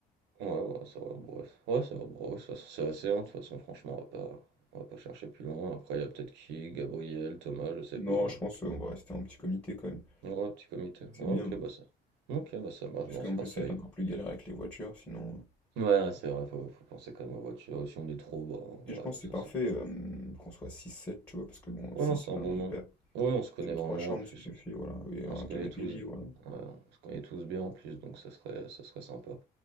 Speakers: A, on the right; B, on the left.
A: Ouais, ouais, ça va, bref. Ouais, ça va, bref, ça, c'est assez, hein, de toute façon, franchement, on va pas, on va pas chercher plus loin. Après, il y a peut-être qui, Gabriel, Thomas, je sais
B: Non,
A: pas.
B: je pense qu'on va rester en petit comité quand même.
A: Ouais, petit comité.
B: C'est
A: Ouais,
B: bien,
A: ok,
B: ouais.
A: bah ça. Ok, bah ça marche,
B: Puisqu'en
A: bah on se fera
B: plus, ça
A: ça.
B: va être
A: hier.
B: encore plus galère avec les voitures, sinon. euh,
A: Ouais, ouais, c'est vrai, faut, faut penser quand même aux voitures. Et si on est trop,
B: Et je
A: bah,
B: pense
A: ouais,
B: que c'est
A: ça
B: parfait
A: sert.
B: euh, qu'on soit six sept tu vois, parce que bon,
A: Ouais,
B: 6
A: non,
B: ça
A: c'est
B: fait
A: un bon
B: un nom
A: nom.
B: de père.
A: Ouais, on se connaît
B: Ça fait
A: vraiment,
B: 3 chambres,
A: en plus.
B: ça suffit,
A: On,
B: voilà. Et un
A: on se connaît
B: canapé
A: tous.
B: lit,
A: Ouais,
B: voilà.
A: on se connaît tous bien, en plus, donc ça serait, ça serait sympa.